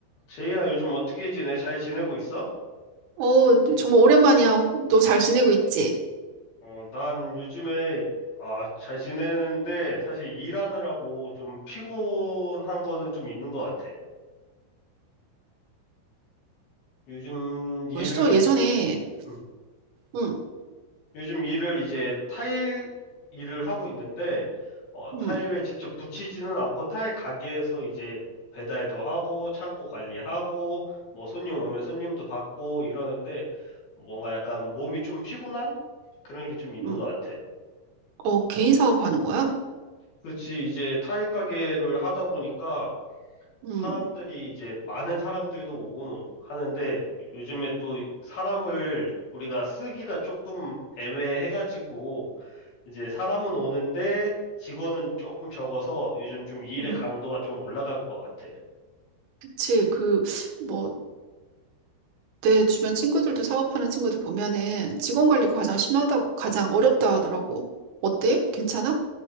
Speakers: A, on the left (about 50°); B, on the right (about 85°).
A: 제이야, 요즘 어떻게 지내? 잘 지내고 있어?
B: 어, 정말 오랜만이야. 너 잘 지내고 있지?
A: 어, 난 요즘에, 아, 잘 지내는데, 사실 일하느라고 좀 피곤한 거는 좀 있는 것 같아. 요즘 일을,
B: 벌써 예전에,
A: 음,
B: 응,
A: 요즘 일을 이제 타일 일을 하고 있는데, 어,
B: 응,
A: 타일을 직접 붙이지는 않고 타일 가게에서 이제 배달도 하고, 창고 관리하고, 뭐 손님 오면 손님도 받고 이러는데, 뭔가 약간 몸이 좀 피곤한? 그런 게 좀 있는
B: 응,
A: 것 같아.
B: 어, 개인 사업하는 거야?
A: 그렇지. 이제 타일 가게를 하다 보니까
B: 응,
A: 사람들이 이제 많은 사람들도 오고는 하는데 요즘에 또 사람을 우리가 쓰기가 조금 애매해가지고 이제 사람은 오는데 직원은 조금 적어서 요즘 좀 일의
B: 응,
A: 강도가 좀 올라간 것 같아.
B: 그치. 그, 뭐, 내 주변 친구들도 사업하는 친구들 보면은 직원 관리가 가장 심하다, 가장 어렵다 하더라고. 어때? 괜찮아?